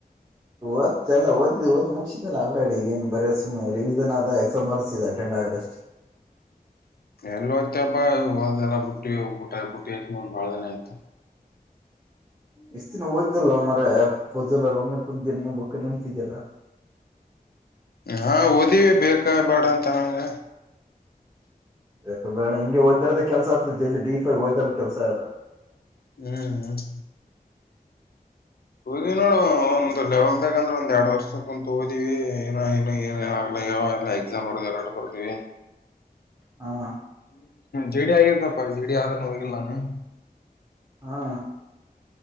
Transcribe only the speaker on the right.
ಓದ್ಲ್ಲ ಓದ್ ಓದ್ ಮುಗಸಿದಲ್ಲ ಅಲ್ರೆಡಿ ಈಗ ಏನು ಬರೇ ಸುಮನೆ ರಿವಿಿಸನ್ ಆದ ಎಕ್ಸಾಮ್ ಬರ್ಸ ಅಟೆಂಡ್ ಆಗದಷ್ಟೇ
ಇಷ್ಟ ದಿನ ಓದ್ದಲ್ ಮರ ಪೊಜೆಲ್ಲ ರ ಒಮ್ಮೆ ಕುಂದ ದಿನ ಬಕ್ ನಡತಿದ್ಯಲ್ಲ
ಬೇಕಾ ಬೇಡ ಹಿಂಗೆ ಓದ್ರದ ಕೆಲ್ಸ ಆಗ್ತದಲ್ಲಿ ಡೀಫಗ ಓದ ಕೆಲ್ಸ ಅದ
<inaudible> ಹಾ
ಹಾ